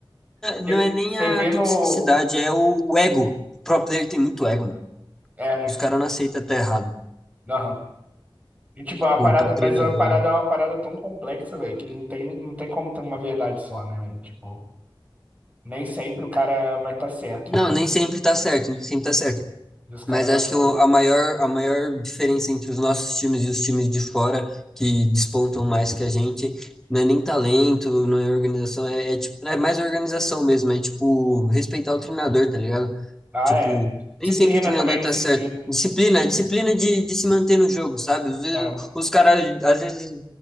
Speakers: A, on the right; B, in the centre.
A: Porque
B: não é nem
A: você
B: a
A: vê
B: toxicidade,
A: no.
B: é o, o ego. O pro player tem muito ego, mano.
A: É, né?
B: Os caras não aceitam até errado.
A: Aham. E, tipo, a
B: O
A: parada,
B: pra
A: mas
B: treinador.
A: a parada é uma parada tão complexa, velho, que não tem, não tem como ter uma verdade só, né, velho? Tipo, nem sempre o cara vai estar certo.
B: Não,
A: né?
B: nem sempre tá certo, nem sempre tá certo.
A: E os caras
B: Mas acho
A: não aceitam.
B: que é o- a maior, a maior diferença entre os nossos times e os times de fora que despontam mais que a gente não é nem talento, não é organização, é, é tipo, é mais organização mesmo, é tipo respeitar o treinador, tá ligado?
A: Ah,
B: Tipo,
A: é.
B: nem
A: Disciplina
B: sempre o treinador
A: também,
B: tá
A: disciplina.
B: certo. Disciplina, disciplina de, de se manter no jogo, sabe? Às vezes,
A: Aham.
B: os caras, às vezes,